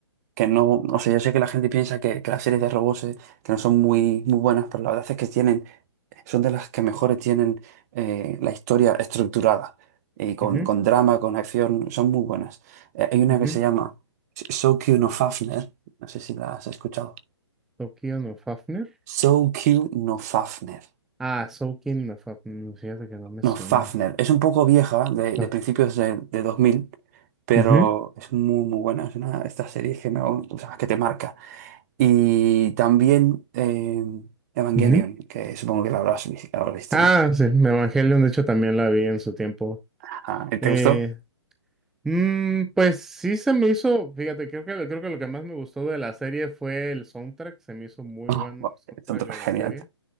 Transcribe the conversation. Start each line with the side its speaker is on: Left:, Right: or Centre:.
Right: que no, o sea, yo sé que la gente piensa que, que las series de robots eh, que no son muy, muy buenas, pero la verdad es que tienen, son de las que mejores tienen eh, la historia estructurada y con,
Centre: ujú,
Right: con drama, con acción, son muy buenas. Eh, hay una
Centre: ujú.
Right: que se llama So Q no Fafner, no sé si la has escuchado.
Centre: Tokio no Fafnir.
Right: So Q no Fafner.
Centre: Ah, Soul King of Up- Fíjate que no me
Right: No,
Centre: suena.
Right: Fafner. Es un poco vieja, de, de
Centre: Ah,
Right: principios de, de dos mil pero
Centre: ujú,
Right: es muy, muy buena. Es una de estas series que, me, o sea, que te marca. Y también eh, Evangelion,
Centre: ujú.
Right: que supongo que la habrás, vi- la habrás visto,
Centre: Ah,
Right: ¿no?
Centre: sí, Evangelion, de hecho, también la vi en su tiempo.
Right: Ajá. ¿Te
Centre: Eh,
Right: gustó?
Centre: mm, pues sí se me hizo, fíjate, creo que, creo que lo que más me gustó de la serie fue el soundtrack, se me hizo muy
Right: Ah,
Centre: bueno
Right: bu-
Centre: el soundtrack
Right: es tanto-
Centre: de la
Right: genial.
Centre: serie.